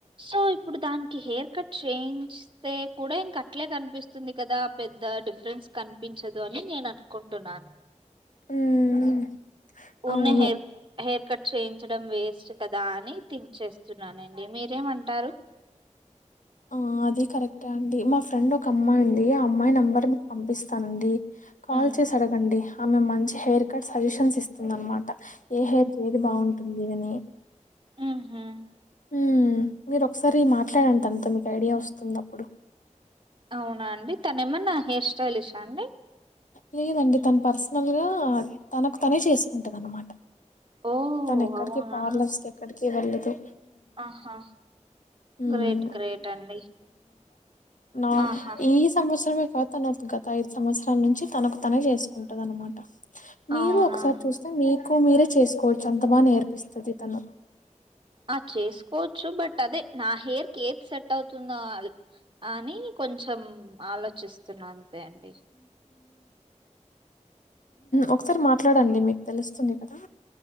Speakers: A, on the right; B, on the left.
A: సో ఇప్పుడు దానికి హెయిర్ కట్ చేయింస్తే కూడా ఇంక అట్లే కనిపిస్తుంది కదా పెద్ద డిఫరెన్స్ కనిపించదు అని నేను అనుకుంటున్నాను
B: హ్మ్
A: ఉన్న
B: అవును
A: హెయిర్ హెయిర్ కట్ చేయించడం వేస్ట్ కదా అని థింక్ చేస్తున్నానండి మీరు ఏమంటారు
B: ఆ అదే కరెక్టా అండి మా ఫ్రెండ్ ఒక అమ్మాయి ఉంది ఆ అమ్మాయి నెంబర్ పంపిస్తానండి కాల్
A: ఉమ్
B: చేసి అడగండి ఆమె మంచి హెయిర్ కట్ సజెషన్స్ ఇస్తాది చెప్పుతుంది అన్నమాట ఏ హెయిర్ కి ఏది బాగుంటుంది అని
A: ఉ హు
B: ఉ మీరు ఒకసారి మాట్లాదండి తనతో మీకు ఐడియా వస్తుంది అప్పుడు
A: అవునా అండి తన ఏమన్న హెయిర్ స్టైలిషా అండి
B: లేదండి తను పర్సనల్ గా తనకు తనే చేసుకుంటాది అన్నమాట
A: ఓ
B: తను ఎక్కడికి
A: అవునా
B: పార్లర్స్ కి ఎక్కడికి వెళ్ళదు తో
A: ఆహా
B: హ్మ్
A: గ్రేట్ గ్రేట్ అండి
B: నాన్
A: ఆహా
B: ఇస్ సంవత్సరం కాదు తన గత ఐదు సంవత్సరాల నుంచి తనకు తనే చేసుకుంటాది అనమాట మీరు
A: అవునా
B: ఒకసారి చూస్తే మీ ఎక్కువ మీరే చేసుకోవచ్చు అంత బాగా నేర్పిస్తది తను
A: ఆ చేసుకోవచ్చు బట్ అదే నా హెయిర్ కే ఏది సెట్ అవుతుందొ అని కొంచెం ఆలోచిస్తున్న అంతే అండి
B: ఒకసారి మాట్లాడండి మీకు తెలుస్తుంది కదా